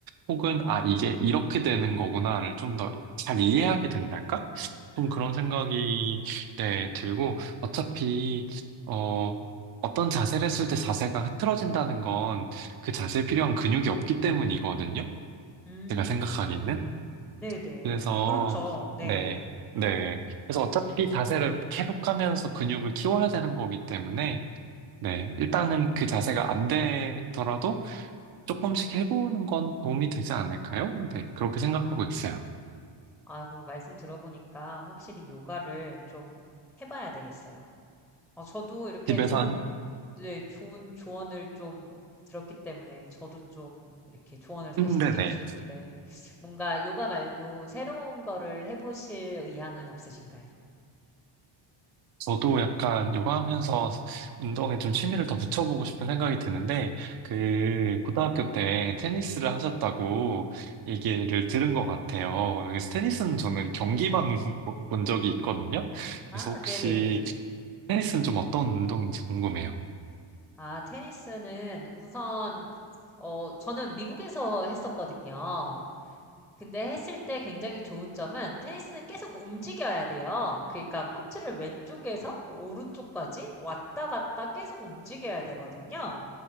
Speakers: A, on the right (about 50°); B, in the centre.
A: 혹은 아, 이게 이렇게 되는 거구나를 좀 더 잘 이해하게 된달까? 좀
B: 아.
A: 그런 생각이 네, 들고 어차피 어, 어떤 자세를 했을 때 자세가 흐트러진다는 건 그 자세에 필요한 근육이 없기 때문이거든요.
B: 음.
A: 제가 생각하기는?
B: 네네.
A: 그래서,
B: 그렇죠. 네.
A: 네, 네. 그래서 어차피 자세를 계속 하면서 근육을 키워야 되는 거기 때문에, 네,
B: 오.
A: 일단은 그 자세가 안 되더라도 조금씩 해보는 건 도움이 되지 않을까요? 네, 그렇게 생각하고
B: 아.
A: 있어요.
B: 아 그럼 말씀 들어보니까 확실히 요가를 좀 해 봐야 되겠어요. 어 저도 이렇게
A: 집에서
B: 좋은
A: 한,
B: 네 좋은 조언을 좀 들었기 때문에 저도 좀 이렇게 조언을 다시
A: 음, 네네.
B: 드리고 싶은데 뭔가 요가 말고 새로운 거를 해 보실 의향은 없으신가요?
A: 저도 약간 요가 하면서 운동에 좀 취미를 더 붙여보고 싶은 생각이 드는데, 그, 고등학교 때 테니스를 하셨다고 얘기를 들은 것 같아요. 그래서 테니스는 저는 경기만 <laughs> 보- 본 적이 있거든요.
B: 아
A: 그래서 혹시
B: 네네네.
A: 테니스는 좀 어떤 운동인지 궁금해요.
B: 아, 테니스는 우선, 어, 저는 미국에서 했었거든요. 근데 했을 때 굉장히 좋은 점은 테니스는 계속 움직여야 돼요. 그러니까 코트를 왼쪽에서 오른쪽까지 왔다 갔다 계속 움직여야 되거든요.